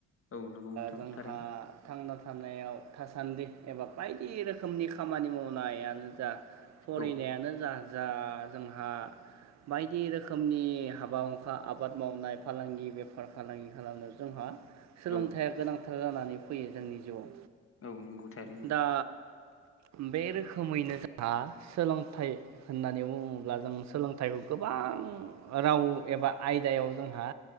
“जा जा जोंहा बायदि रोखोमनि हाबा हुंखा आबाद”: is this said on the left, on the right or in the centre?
Right